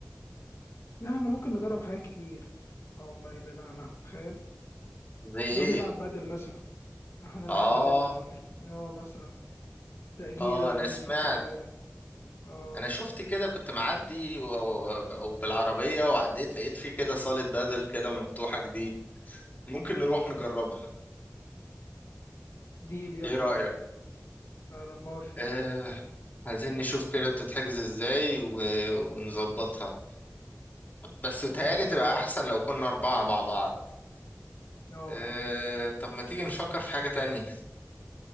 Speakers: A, on the left; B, on the left.
A: لا، احنا ممكن نجرب حاجات كتير اه والله بعيد عن القهوة تخيل
B: زي ايه
A: نروح نلعب بدل مثلا نروح نلعب
B: اه
A: بدل لو ليك اه مثلا تأجيرة
B: اه
A: لو
B: انا
A: ليك
B: سمعت
A: في التأجيرة اه
B: انا شفت كده كنت معدي و- و- وبالعربية وعديت لقيت فيه كده صالة بدل كده مفتوحة جديد ممكن نروح نجربها
A: ديل يلا
B: ايه رأيك
A: لا لا موافق
B: آه عايزين نشوف كده بتتحجز ازاي و... ونظبطها بس بتهيألي
A: تمام
B: تبقى احسن لو كنا اربعة مع بعض
A: اه
B: آه طب ما تيجي نفكر في حاجة تانية